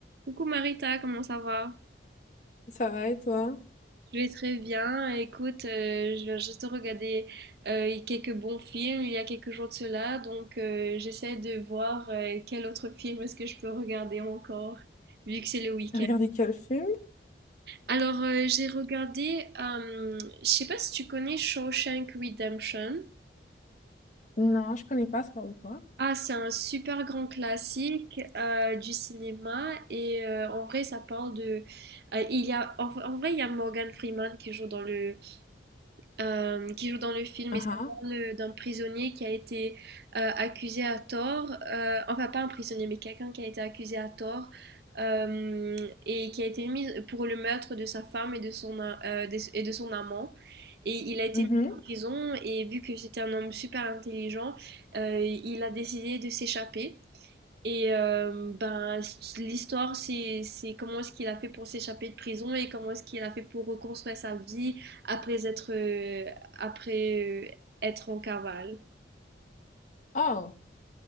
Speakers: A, on the right (about 60°); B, on the left (about 40°).
A: Coucou Marita, comment ça va?
B: Ça va et toi?
A: Je vais très bien. Écoute, euh, je viens juste de regarder euh, quelques bons films il y a quelques jours de cela, donc euh, j'essaie de voir euh, quel autre film est-ce que je peux regarder encore, vu que c'est le week-end.
B: T'as regardé quel film?
A: Alors, euh, j'ai regardé, euh, je sais pas si tu connais Shawshank Redemption.
B: Non, je connais pas, ça parle de quoi?
A: Ah, c'est un super grand classique euh, du cinéma et euh, en vrai, ça parle de... euh, il y a, en en vrai, il y a Morgan Freeman qui joue dans le euh, qui joue dans le film
B: Ah
A: et ça
B: ah.
A: parle d'un prisonnier qui a été euh, accusé à tort, euh, enfin pas un prisonnier mais quelqu'un qui a été accusé à tort euh, et qui a été mis pour le meurtre de sa femme et de son, a- euh, de- et de son amant. Et il a été
B: Mhm.
A: mis en prison et vu que c'était un homme super intelligent, euh, il a décidé de s'échapper. Et euh, ben, l'histoire, c'est c'est comment est-ce qu'il a fait pour s'échapper de prison et comment est-ce qu'il a fait pour reconstruire sa vie après être, euh, après, euh, être en cavale.
B: Oh,